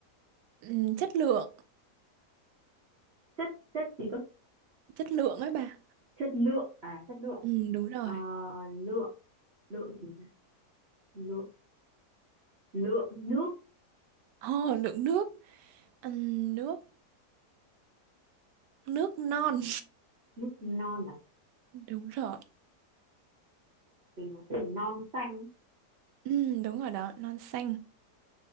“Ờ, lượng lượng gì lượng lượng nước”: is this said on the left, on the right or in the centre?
Right